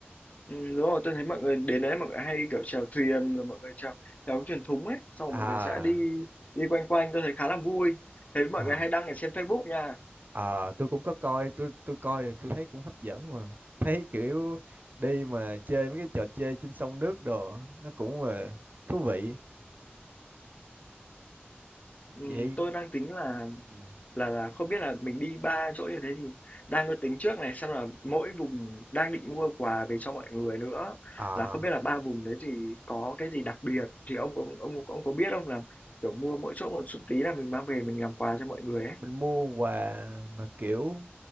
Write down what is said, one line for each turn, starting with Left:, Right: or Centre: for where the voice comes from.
Left: Ừm, đúng rồi, tôi thấy mọi người đến đấy mọi người hay kiểu chèo thuyền rồi mọi người chèo chèo cái thuyền thúng ấy, xong
Right: à
Left: rồi mọi người sẽ đi đi quanh quanh, tôi thấy khá là vui. Thấy mọi
Right: Ờ,
Left: người hay đăng ở trên Facebook nha.
Right: à, tôi cũng có coi tôi tôi coi tôi thấy cũng hấp dẫn mà thấy kiểu đi mà chơi mấy cái trò chơi trên sông nước đồ nó cũng là thú vị vậy
Left: Ừm, tôi đang tính là
Right: ừ.
Left: Là là không biết là mình đi 3 chỗ như thế thì đang có tính trước này, xem là mỗi vùng đang định mua quà về cho mọi người nữa,
Right: à
Left: là không biết là 3 vùng đấy thì có cái gì đặc biệt, thì ông có ông ông có biết không là, kiểu, mua mỗi chỗ một chút tí là mình mang về mình làm quà cho mọi người ấy?
Right: mình mua quà mà kiểu